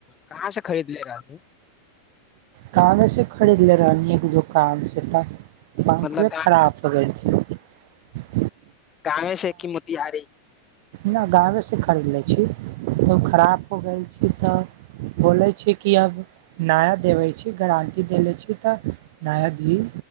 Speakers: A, on the left (about 20°); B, on the right (about 50°).
A: कहाँ से खरीदले रही?
B: कामेंसे खरीदले रही एक दोकान से त पंखवे
A: मतलब
B: खराब चगै छैय। <inaudible>
A: गामे से कि मोतिहारी?
B: नहि गाँवे सँ खरीद लै छी तब खराब हो गेल छी तऽ बोलै छी कि आब नया देबै छी गारं्टी देले छी तऽ नया दी